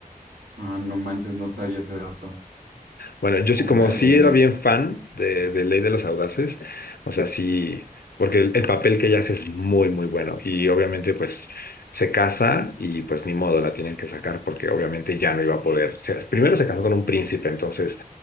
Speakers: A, on the right (about 80°); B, on the left (about 80°).
A: ah, no manches, no sabía ese dato.
B: Bueno, yo
A: Órale.
B: sí, como sí era bien fan de, de Ley de los Audaces, o sea, sí, porque el, el papel que ella hace es muy, muy bueno. Y obviamente, pues, se casa y pues ni modo, la tienen que sacar porque obviamente ya no iba a poder. se- primero se casó con un príncipe, entonces